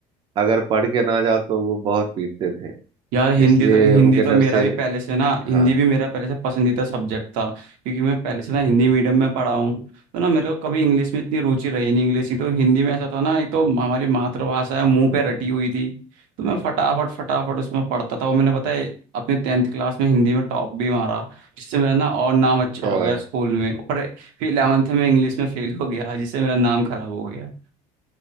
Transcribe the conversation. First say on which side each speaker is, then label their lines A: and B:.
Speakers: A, on the right (about 35°); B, on the right (about 80°).
A: अगर पढ़ के ना जाओ तो वो बहुत पीटते थे
B: यार हिंदी
A: इसलिए
B: तो हिंदी
A: उनके
B: तो
A: डर
B: मेरा
A: से
B: भी पहले से ना हिंदी
A: हाँ
B: भी मेरा पहले से पसंदीदा सब्जेक्ट था क्योंकि मैं पहले से ना हिंदी मीडियम में पढ़ा हूँ तो ना मेरे को कभी इंग्लिश में इतनी रुचि रही नहीं इंग्लिश की तो हिंदी में ऐसा था ना एक तो हमारी मातृभाषा है मुंह पे रटी हुई थी तो मैं फटाफट फटाफट उसमें पढ़ता था और मैंने पता है अपने टेंथ क्लास में हिंदी में टॉप भी मारा जिससे मेरा ना और नाम अच्छा
A: क्या
B: हो गया
A: बात
B: स्कूल में पर फिर इलेवेंथ में इंग्लिश में फेल हो गया जिससे मेरा नाम खराब हो गया